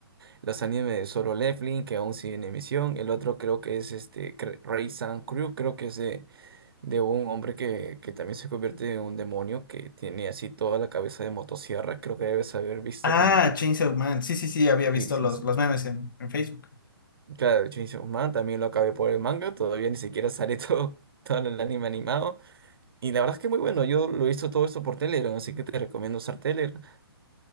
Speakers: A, on the right (about 65°); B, on the left (about 55°).
A: Los animes de Solo Leveling, que aún sigue en emisión. El otro creo que es este Cre- Ray San Crew, creo que es de, de un hombre que, que también se convierte en un demonio, que tiene así toda la cabeza de motosierra. Creo que debes haber visto
B: Ah,
A: como que...
B: Chainsaw Man. Sí, sí, sí, había visto
A: Sí, sí,
B: los,
A: sí.
B: los memes en, en Facebook.
A: Claro, Chainsaw Man también lo acabé por el manga, todavía ni siquiera sale todo, <laughs> todo el anime animado. Y la verdad es que muy bueno, yo lo he visto todo esto por Telegram, así que te recomiendo usar Telegram. <laughs>